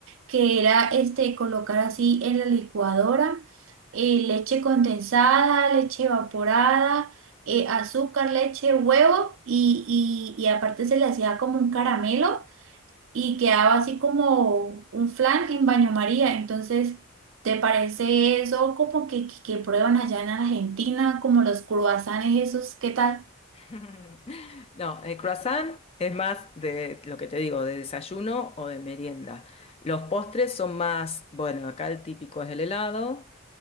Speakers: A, on the right; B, on the left.
A: que era este, colocar así en la licuadora eh, leche condensada, leche evaporada, eh, azúcar, leche, huevo y, y, y aparte se le hacía como un caramelo y quedaba así como un flan en baño María.
B: Claro.
A: Entonces, ¿te parece eso como que, que, que prueban allá en Argentina, como los cruasanes esos? ¿Qué tal?
B: <laughs> No, el croissant es más de lo que te digo, de desayuno o de merienda. Los postres son más, bueno, acá el típico es el helado.